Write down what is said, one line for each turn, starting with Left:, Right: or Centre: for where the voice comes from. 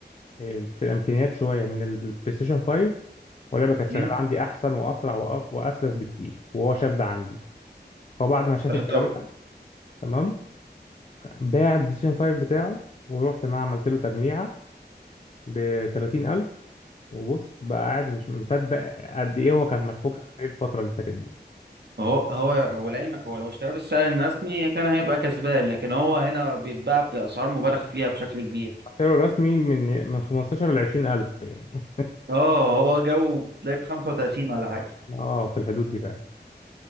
Left: إيه، في الامكانيات شويه من البلاي ستيشن 5 واللعبه كانت شغاله
Right: امم
Left: عندي احسن واسرع وأ- واسلس بكتير وهو شاف ده عندي هو بعد ما شاف
Right: <laughs>
Left: الكلام
Right: طب
Left: ده تمام باع البلاي ستيشن 5 بتاعه ورحت معاه عملت له تجميعه ب 30000 وبص بقى قاعد مش مصدق قد ايه هو كان مضحوك عليه الفتره اللي فاتت دي
Right: هو هو ولعلمك هو لو اشترى بالسعر الرسمي كان هيبقى كسبان لكن هو هنا بيتباع بأسعار مبالغ فيها بشكل كبير
Left: سعره رسمي من من 15 ل 20 ألف يعني
Right: اه هو جو بتلاقيه بخمسة وتلاتين ولا حاجة
Left: اه في الحدود دي فعلا